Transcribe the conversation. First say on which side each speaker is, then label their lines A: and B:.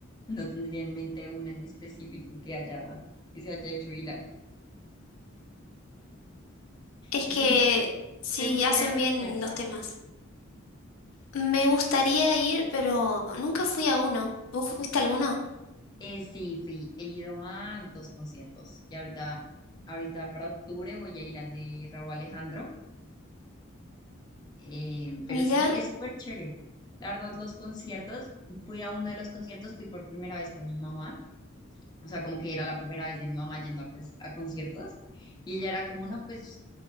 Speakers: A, on the left; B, on the left.
A: No tendría en mente una en específico que haya, que se haya hecho viral.
B: es
A: ¿Y
B: que
A: te gus-
B: sí,
A: te gusta
B: hacen
A: ir a conciertos?
B: bien los temas. Me gustaría ir, pero nunca fui a uno. ¿Vos fuiste a alguno?
A: Eh, sí, fui, he ido a dos conciertos y ahorita, ahorita para octubre voy a ir al de Raúl Alejandro, eh, pero
B: Mira,
A: sí, es súper chévere. La verdad, los conciertos, fui a uno de los conciertos, fui por primera vez con mi mamá, o sea, como que era la primera vez de mi mamá yendo a, cons- a conciertos y ella era como, no, pues,